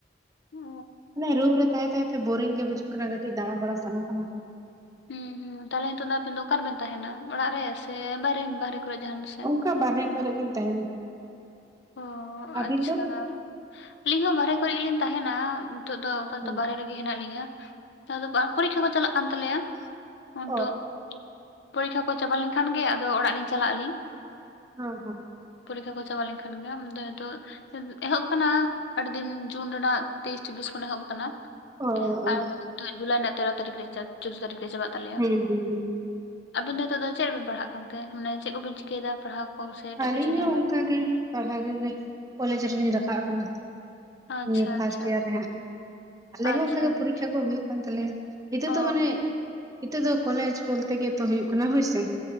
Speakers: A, on the left; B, on the right.
A: ᱚ
B: ᱢᱟᱱᱮ ᱨᱩᱢ ᱨᱮ ᱛᱟᱦᱮ ᱛᱟᱦᱮ ᱛᱮ ᱵᱳᱨᱤᱝ ᱜᱮ ᱵᱩᱡᱩᱜ ᱠᱟᱱᱟ ᱠᱟᱹᱴᱤᱡ ᱫᱟᱬᱟ ᱵᱟᱲᱟ ᱥᱟᱱᱟ ᱠᱟᱱᱟ᱾
A: ᱦᱩᱸ ᱦᱩᱸ ᱛᱟᱦᱞᱮ ᱱᱤᱛᱚᱜ ᱫᱚ ᱟᱵᱮᱱ ᱫᱚ ᱚᱠᱟᱨᱮ ᱵᱮᱱ ᱛᱟᱦᱮᱱᱟ ᱚᱲᱟᱜ ᱨᱮ ᱥᱮ ᱵᱟᱨᱮᱢ ᱵᱟᱨᱦᱮ ᱠᱚᱨᱮ ᱡᱟᱦᱟᱱ ᱥᱮᱫ?
B: ᱚᱠᱟ ᱵᱟᱨᱦᱮ ᱠᱚᱨᱮ ᱜᱤᱧ ᱛᱟᱦᱮᱱᱟ᱾
A: ᱚ
B: ᱟᱹᱵᱤᱱ
A: ᱟᱪᱪᱷᱟ
B: ᱫᱚ
A: ᱟᱹᱞᱤᱧ ᱦᱚᱸ ᱵᱟᱦᱨᱮ ᱠᱚᱨᱮ ᱜᱮᱞᱤᱧ ᱛᱟᱦᱮᱱᱟ᱾ ᱱᱤᱛᱚᱜ ᱫᱚ ᱟᱯᱟᱛᱚ
B: ᱦᱮᱸ
A: ᱵᱟᱦᱨᱮ ᱨᱮᱜᱮ ᱦᱮᱱᱟᱜ ᱞᱤᱧᱟ ᱦᱮᱸ ᱵᱟ ᱯᱚᱨᱤᱠᱷᱟ ᱠᱚ ᱪᱟᱞᱟᱜ ᱠᱟᱱ ᱛᱟᱞᱮᱭᱟ᱾ ᱩᱱᱛᱚᱜ
B: ᱚ
A: ᱯᱚᱨᱤᱠᱠᱷᱟ ᱠᱚ ᱪᱟᱵᱟ ᱞᱮᱱ ᱠᱷᱟᱱ ᱜᱮ ᱟᱫᱚ ᱚᱲᱟᱜ ᱞᱤᱧ ᱪᱟᱞᱟᱜ ᱟᱹᱞᱤᱧ
B: ᱦᱩᱸ ᱦᱩᱸ
A: ᱯᱚᱨᱤᱠᱷᱟ ᱠᱚ ᱪᱟᱵᱟ ᱞᱮᱱᱠᱷᱟᱱ ᱜᱮ ᱟᱢ ᱫᱚ ᱦᱤᱛᱚᱜ ᱮᱦᱚᱵ ᱟᱠᱟᱱᱟ ᱟᱹᱰᱤ ᱫᱤᱱ ᱡᱩᱱ ᱨᱮᱱᱟᱜ ᱛᱮᱭᱤᱥ ᱪᱩᱵᱤᱥ ᱠᱷᱚᱱ ᱮᱦᱚᱵ ᱟᱠᱟᱱᱟ᱾
B: ᱚ ᱚ
A: ᱟᱨ ᱱᱤᱛᱚᱜ ᱡᱩᱞᱟᱭ ᱨᱮᱱᱟᱜ ᱛᱮᱨᱚ ᱪᱚᱣᱫᱟᱹ ᱛᱟᱹᱨᱤᱠᱷ ᱨᱮ ᱪᱟᱵᱟᱜ ᱛᱟᱞᱮᱭᱟ᱾
B: ᱦᱮᱸ ᱦᱮᱸ ᱦᱮᱸ
A: ᱟᱵᱤᱱ ᱫᱚ ᱱᱤᱛᱚᱜ ᱫᱚ ᱪᱮᱫ ᱨᱮᱵᱮᱱ ᱯᱟᱲᱦᱟᱜ ᱠᱟᱱ ᱛᱮ ᱢᱟᱱᱮ ᱪᱮᱫ ᱠᱚᱵᱮᱱ ᱪᱤᱠᱟᱹᱭ ᱫᱟ ᱯᱟᱲᱦᱟᱣ ᱠᱚ ᱥᱮ ᱮᱴᱟᱜ
B: ᱟᱹᱞᱤᱧ
A: ᱠᱤᱪᱷᱩ ᱡᱟᱦᱟᱱᱟᱜ
B: ᱦᱚᱸ ᱚᱱᱠᱟ ᱜᱮ ᱯᱟᱲᱦᱟᱣ ᱠᱚ ᱜᱮ ᱠᱚᱞᱮᱡᱽ ᱨᱮᱞᱤᱧ ᱨᱟᱠᱟᱵ ᱟᱠᱟᱱᱟ᱾
A: ᱟᱪᱪᱷᱟ
B: ᱱᱤᱭᱟᱹ ᱯᱷᱟᱥᱴ
A: ᱟᱪᱪᱷᱟ
B: ᱮᱭᱟᱨ ᱨᱮᱦᱟᱸᱜ ᱟᱞᱮ
A: ᱟᱪᱪᱷᱟ
B: ᱦᱚᱸ ᱚᱱᱠᱟ ᱜᱮ
A: ᱟᱪᱪᱷᱟ
B: ᱯᱚᱨᱤᱠᱠᱷᱟ ᱠᱚ ᱦᱩᱭᱩᱜ ᱠᱟᱱ ᱛᱟᱞᱮᱭᱟ ᱦᱤᱛᱚᱜ
A: ᱚ
B: ᱫᱚ ᱢᱟᱱᱮ ᱦᱤᱛᱚᱜ ᱫᱚ ᱠᱚᱞᱮᱡᱽ ᱵᱚᱞ ᱛᱮ ᱜᱮ ᱛᱚ ᱦᱩᱭᱩᱜ ᱠᱟᱱᱟ ᱦᱳᱭ ᱥᱮ